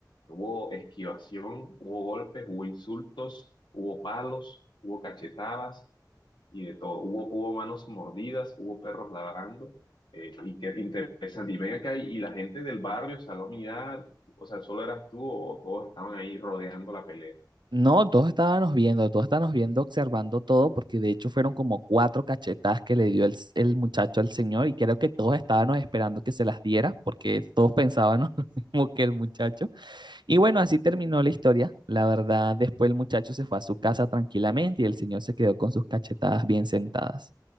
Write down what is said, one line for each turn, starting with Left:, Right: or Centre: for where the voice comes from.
Left: Hubo esquivación, hubo golpes, hubo insultos, hubo palos, hubo cachetadas y de todo. Hubo, hubo manos mordidas, hubo perros ladrando. eh, y qué interesante. Y ven acá y, y la gente del barrio salió a mirar. O sea, solo eras tú o todos estaban ahí rodeando la pelea.
Right: No, todos estábamos viendo, todos estábamos viendo, observando todo, porque de hecho fueron como cuatro cachetadas que le dio el, s- el muchacho al señor y creo que todos estábamos esperando que se las diera, porque todos pensábamos <laughs> lo mismo que el muchacho. Y bueno, así terminó la historia. La verdad, después el muchacho se fue a su casa tranquilamente y el señor se quedó con sus cachetadas bien sentadas.